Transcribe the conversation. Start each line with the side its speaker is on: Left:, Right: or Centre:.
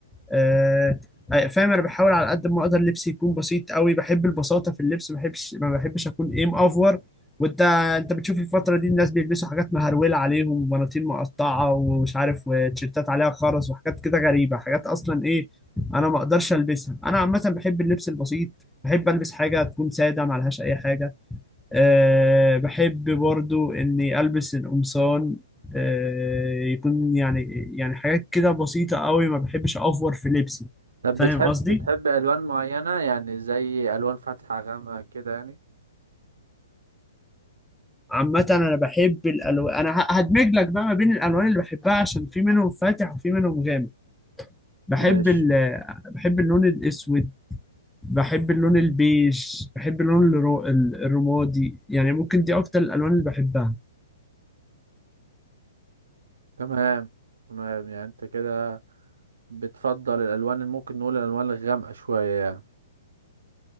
Centre: آه، آه، فاهم انا بحاول على قد ما اقدر لبسي يكون بسيط قوي بحب البساطه في اللبس ما بحبش ما بحبش اكون ايه مأفور وانت انت بتشوف الفتره دي الناس بيلبسوا حاجات مهرولة عليهم وبناطيل مقطعه ومش عارف وتيشيرتات عليها خرز وحاجات كده غريبه حاجات اصلا ايه انا ما اقدرش البسها انا عامه بحب اللبس البسيط بحب البس حاجه تكون ساده ما عليهاش اي حاجه أه بحب برضو إني ألبس القمصان أه يكون يعني يعني حاجات كده بسيطة قوي ما بحبش أوفر في لبسي
Right: طب
Centre: فاهم
Right: بتحب
Centre: قصدي؟
Right: بتحب الوان معينة يعني زي الوان فاتحة غامقة كده يعني
Centre: عامة أنا بحب الألوان أنا ه- هدمج لك بقى ما بين الألوان اللي بحبها عشان في منهم فاتح وفي منهم غامق بحب
Right: ماشي
Centre: ال بحب اللون الأسود بحب اللون البيج بحب اللون الرو- الرمادي يعني ممكن دي أكتر الألوان اللي بحبها
Right: تمام تمام يعني انت كده بتفضل الالوان اللي ممكن نقول الالوان الغامقة شوية يعني